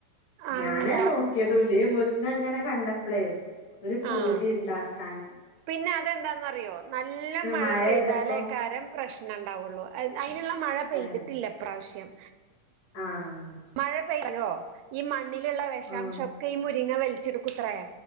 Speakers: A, on the right (about 80°); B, on the left (about 40°).
A: അല്ല
B: ഞാനത് നോക്യതുല്യ ഈ മു ന്നങ്ങനെ കണ്ടപ്പളേ ഒരു പൂതിണ്ടാക്കാന്
A: ആഹ് പിന്നെ അതെന്താന്നറിയോ നല്ല മഴ
B: മഴെയ്തപ്പം
A: പെയ്താലേക്കാരം പ്രശ്നണ്ടാവുള്ളു അയ്ന്ള്ള മഴ പെയ്തിട്ടില്ല
B: ഏഹ്
A: ഇപ്രാവിശ്യം
B: ആഹ്
A: മഴ പെയ്യോ ഈ മണ്ണിലുള്ള വെ ഷാംശം
B: ഉം
A: ഒക്കെ ഈ മുരിങ്ങ വലിച്ചെടുക്കൂത്രേ